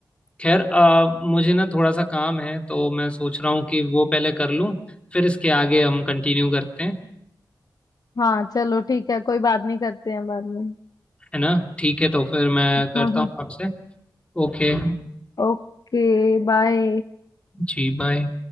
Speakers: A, on the left; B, on the left.
A: खैर अ, मुझे ना थोड़ा सा काम है तो मैं सोच रहा हूँ कि वो पहले कर लूं फिर इसके आगे हम कंटिन्यू करते हैं
B: हाँ चलो ठीक है कोई बात नहीं करते हैं बाद में
A: है ना ठीक है तो फिर मैं करता
B: हाँ हाँ
A: हूँ आपसे ओके
B: Okay bye
A: जी बाय